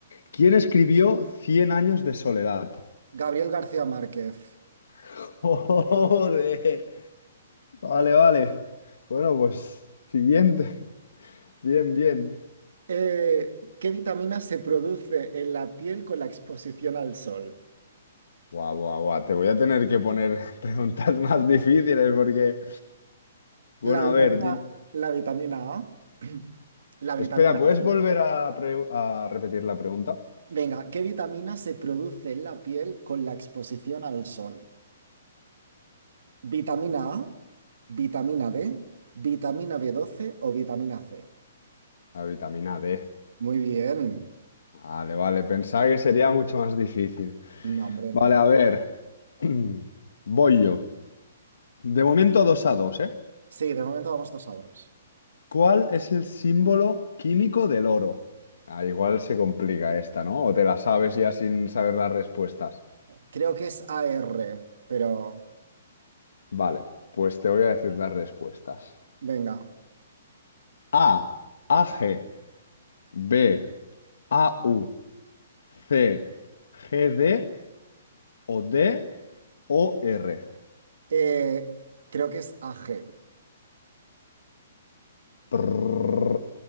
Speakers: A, on the left; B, on the right.
A: ¿Quién escribió Cien años de soledad?
B: Gabriel García Márquez.
A: <laughs> Joder. Vale, vale. Bueno, pues siguiente. Bien, bien.
B: Eh, ¿qué vitamina se produce en la piel con la exposición al sol?
A: Guau, guau, guau. Te voy a tener que poner <laughs> preguntas más difíciles porque... Bueno,
B: La
A: a
B: vitamina,
A: ver, dim-
B: la vitamina A, <clears throat> la
A: espera,
B: vitamina
A: ¿puedes
B: I.
A: volver a, pre- a repetir la pregunta?
B: Venga, ¿qué vitamina se produce en la piel con la exposición al sol? ¿Vitamina A, vitamina D, vitamina b doce o vitamina C?
A: La vitamina D.
B: Muy bien.
A: Vale, vale, pensaba que sería mucho más difícil.
B: No, hombre, no.
A: Vale, a ver. <clears throat> Voy yo. De momento dos a dos, ¿eh?
B: Sí, de momento vamos dos a dos.
A: ¿Cuál es el símbolo químico del oro? Ah, igual se complica esta, ¿no? O te la sabes ya sin saber las respuestas.
B: Creo que es A R, pero
A: Vale, pues te voy a decir las respuestas.
B: venga.
A: A, AG, B, AU, C, GD o D o R.
B: Eh, creo que es A G
A: Prrr.